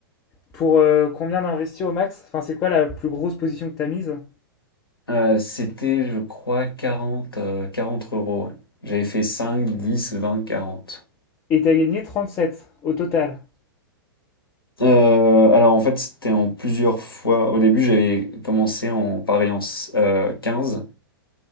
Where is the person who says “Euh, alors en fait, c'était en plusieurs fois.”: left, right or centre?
Left